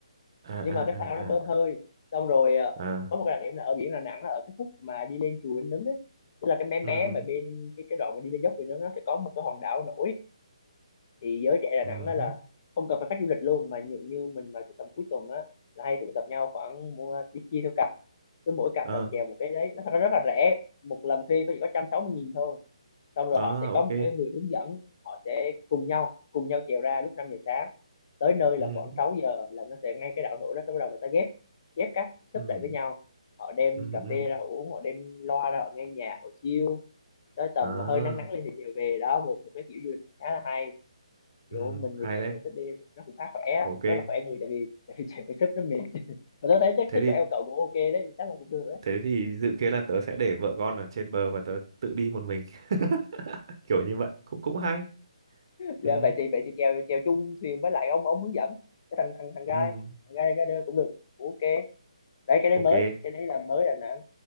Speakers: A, on the right; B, on the left.
A: à
B: nhưng
A: à
B: mà cái phao nó
A: à
B: bơm
A: à
B: hơi xong rồi ờ,
A: à
B: có một cái đặc điểm là ở biển Đà Nẵng là ở cái khúc mà đi lên chùa Linh Ứng ấy tức là cái mé mé
A: ừ
B: mà bên cái cái đoạn mà đi lên dốc thì nó nó sẽ có một cái hòn đảo nổi thì giới trẻ Đà
A: ừ
B: Nẵng đó là
A: hứ.
B: không cần phải khách du lịch luôn mà như, như mình mà tầm cuối tuần đó là hay tụ tập nhau khoảng mua đi chia theo cặp cứ mỗi cặp
A: ờ
B: là chèo một cái đấy nó thật ra rất là rẻ một lần thuê có chỉ có trăm sáu mươi nghìn thôi xong rồi
A: ờ
B: họ sẽ có
A: ok
B: một cái người hướng dẫn họ sẽ cùng nhau cùng nhau trèo ra lúc năm giờ sáng tới nơi là
A: ừ
B: khoảng 6 giờ là nó sẽ ngay cái đạo nổi đó sẽ bắt đầu người ta ghép ghép các xếp
A: ừ
B: lại với nhau họ đem
A: ừ
B: cà
A: ừ
B: phê ra họ uống họ đem loa ra họ nghe nhạc họ chill tới tầm
A: à
B: hơi nắng nắng lên thì chiều về đó một một cái kiểu du lịch khá là hay kiểu
A: ừ
B: mình
A: hay
B: người trẻ
A: đấy
B: mình cũng thích đi nó cũng khá khỏe
A: ok
B: rất là khỏe người tại vì tại vì trẻ phải sức nó mệt <laughs> mà tôi thấy chắc
A: thế
B: sức
A: thì
B: của em cậu cũng ok đấy chắc là cũng được đấy
A: thế thì dự kiến là tớ sẽ để vợ con ở trên bờ và tớ tự đi một mình <laughs> kiểu như vậy cũng cũng hay
B: dạ
A: ừ
B: vậy thì vậy thì chèo chèo chung thuyền với lại ông ông hướng dẫn cái thằng thằng thằng gai
A: ừ
B: thằng gai rider cũng được ok đấy cái đấy
A: ok
B: mới cái đấy là mới Đà Nẵng